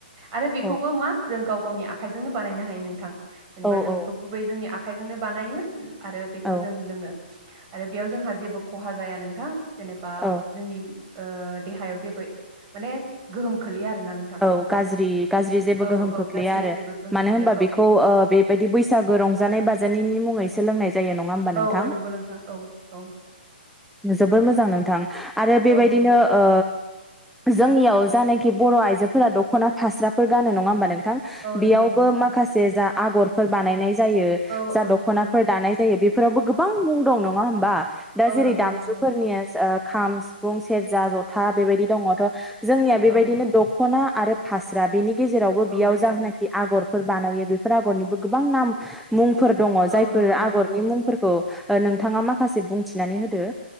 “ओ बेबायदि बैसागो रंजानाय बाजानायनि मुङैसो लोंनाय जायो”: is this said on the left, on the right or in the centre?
Centre